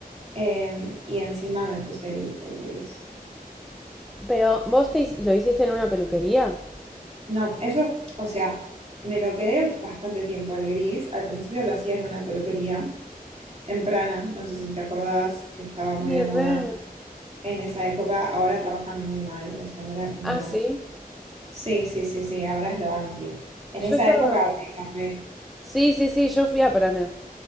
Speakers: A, on the right (about 45°); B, in the centre.
A: Em, y encima me puse el, el gris.
B: Pero vos te, hi- lo hiciste en una peluquería.
A: No, eso, o sea, me lo quedé bastante tiempo el gris. Al principio lo hacía en una peluquería, en Prana, no sé si te acordás, que estaba muy
B: Sí,
A: de moda
B: re.
A: en esa época. Ahora trabajan muy mal, o sea, ahora no.
B: Ah, sí.
A: Sí, sí, sí, sí, ahora es lo anti. En
B: Yo
A: esa
B: estaba.
A: época era re.
B: Sí, sí, sí, yo fui a Paraná.